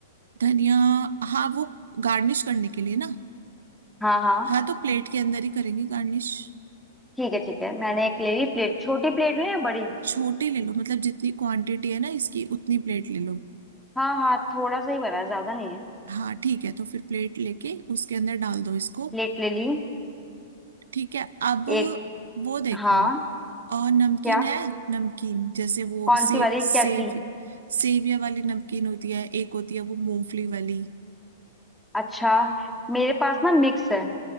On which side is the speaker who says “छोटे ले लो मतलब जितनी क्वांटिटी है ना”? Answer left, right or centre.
Right